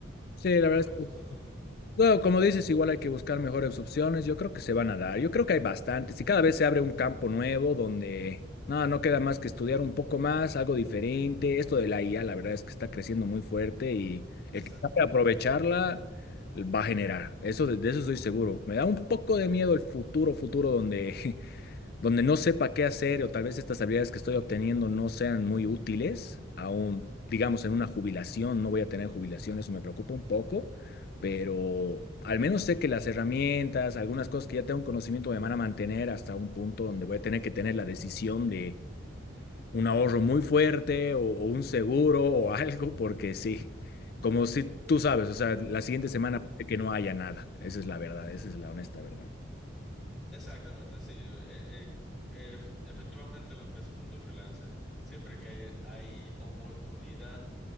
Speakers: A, on the left; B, in the centre.
A: Sí, la
B: porque
A: verdad
B: de
A: es que,
B: eso se trata.
A: no, como dices, igual hay que buscar mejores opciones. Yo creo que se van a dar. Yo creo que hay bastantes y cada vez se abre un campo nuevo donde no, no queda más que estudiar un poco más, algo diferente. Esto de la IA, la verdad es que está creciendo muy fuerte y
B: Exacto.
A: el que sabe aprovecharla va a generar. Eso de, de eso estoy seguro. Me da un poco de miedo el futuro, futuro donde donde no sepa qué hacer o tal vez estas habilidades que estoy obteniendo no sean muy útiles, aún, digamos, en una jubilación, no voy a tener jubilación, eso me preocupa un poco, pero al menos sé que las herramientas, algunas cosas que ya tengo conocimiento me van a mantener hasta un punto donde voy a tener que tener la decisión de un ahorro muy fuerte o, o un seguro o algo, porque sí. Como si tú sabes, o sea, la siguiente semana
B: Ujú.
A: puede que no haya nada. Esa es la verdad, esa es la honesta verdad.
B: Exactamente, sí. eh, eh, eh, efe- efectivamente lo que es el mundo de freelancer, siempre que hay, hay oportunidad,